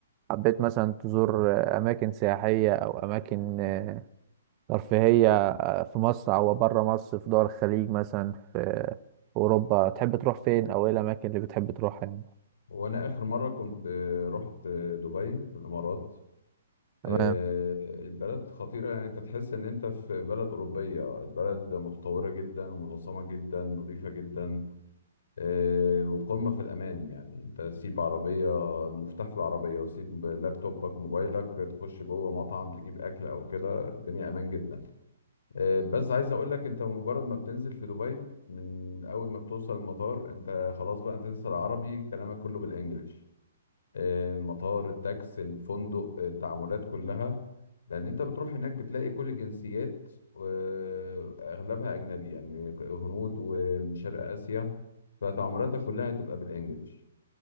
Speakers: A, on the right; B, on the left.
A: حبيت مثلا تزور آه، اماكن سياحية او اماكن ترفيهية آه، في مصر أو بره مصر في دول الخليج مثلا في في أوروبا تحب تروح فين أو إيه الأماكن اللي بتحب تروحها يعني
B: وانا اخر مره كنت آه، رحت آه، دبي في الامارات
A: تمام
B: آه، البلد خطيره يعني انت تحس ان انت في بلد اوروبيه البلد متطوره جدا ومنظمه جدا نظيفه جدا آه، وقمه في الامان يعني انت سيب عربيه المفتاح في العربيه وسيب لابتوبك موبايلك تخش جوه مطعم تجيب اكل او كده الدنيا امان جدا آه، بس عايز اقول لك انت مجرد ما بتنزل في دبي من اول ما بتوصل المطار انت خلاص بقى انت لسه العربي كلامك كله بالانجلش آه، مطار التاكس الفندق آه، التعاملات كلها لان انت بتروح هناك بتلاقي كل الجنسيات واغلبها اجنبي يعني هنود ومن شرق اسيا فتعاملاتك كلها هتبقى بالانجلش